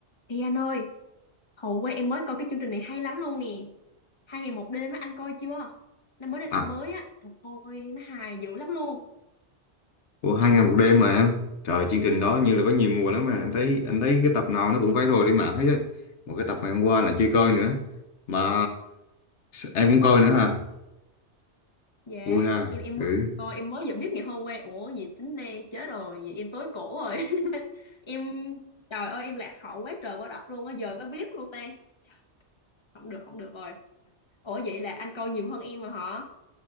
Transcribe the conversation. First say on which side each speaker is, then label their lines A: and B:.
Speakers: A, on the left; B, on the left.
A: Ê anh ơi, hồi qua em mới coi cái chương trình này hay lắm luôn nè. Hai ngày một đêm á, anh coi chưa? Nó mới ra
B: À,
A: tập mới á, trời ơi, nó hài dữ lắm luôn.
B: ủa hai ngày một đêm mà em. Trời chương trình đó như là có nhiều mùa lắm mà anh thấy anh thấy cái tập nào nó cũng viral trên mạng hết á. Một cái tập ngày hôm qua là chưa coi nữa. Mà em cũng coi nữa hả?
A: Dạ,
B: Vui ha.
A: em em
B: Ừ.
A: mới coi, em mới vừa biết ngày hôm qua. Ủa, gì tính đây, chết rồi, vậy em tối cổ rồi. <laughs> Em, trời ơi, em lạc hậu quá trời quá đất luôn á, giờ mới biết luôn ta. Trời, không được, không được rồi. Ủa vậy là anh coi nhiều hơn em mà hả?